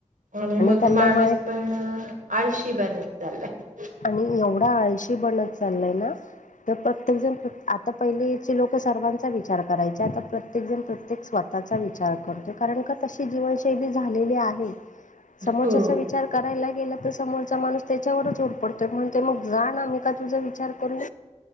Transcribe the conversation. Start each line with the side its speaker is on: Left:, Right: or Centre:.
Right: आणि मग
Left: त्यांना
Right: माणूस
Left: माहित
Right: पण आळशी बनत चाललाय
Left: आणि एवढा आळशी बनत चाललाय ना तर प्रत्येक जण आता पहिलीचे लोक सर्वांचा विचार करायचे आता प्रत्येक जण प्रत्येक स्वतः स्चा विचार करतो कारण का तशी जीवनशैली झालेली आहे समोरचा
Right: हो
Left: विचार करायला गेला तर समोरचा माणूस त्याच्यावरच उरतो म्हणून ते मग जा ना मी का तुझा विचार करू